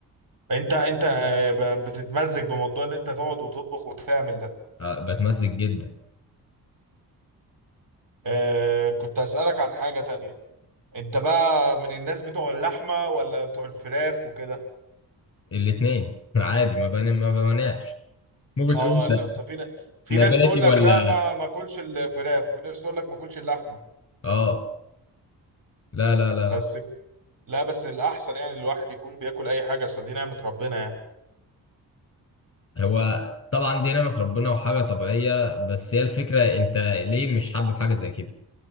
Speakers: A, on the right; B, on the left.
A: انت انت آه، ب- بتتمزج بموضوع ان انت تقعد وتطبخ وتعمل ده
B: آه بتمزج جدا
A: آه كنت أسألك عن حاجة تانية انت بقى من الناس بتوع اللحمة ولا بتوع الفراخ وكده
B: الاتنين <laughs> عادي ما بن... ما بمناش ممكن
A: اه
B: تقول انت
A: لا، أصل في ن- في
B: نباتي
A: ناس تقول
B: ولا
A: لك لا ما ما اكلش الفراخ وفي ناس تقول لك ما اكلش اللحمة
B: اه لا لا لا لا.
A: بس لا بس الأحسن يعني الواحد يكون بياكل أي حاجة أصل دي نعمة ربنا يعني
B: هو طبعا دي نعمة ربنا وحاجة طبيعية بس هي الفكرة انت ليه مش حابب حاجة زي كده